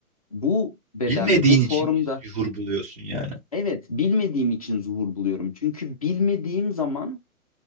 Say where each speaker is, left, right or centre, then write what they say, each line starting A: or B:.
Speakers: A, on the left (about 25°); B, on the right (about 35°).
A: Bu bedende,
B: bilmediğin
A: bu formda
B: için biz yuhur buluyorsun yani.
A: evet bilmediğim için zuhur buluyorum. Çünkü bilmediğim zaman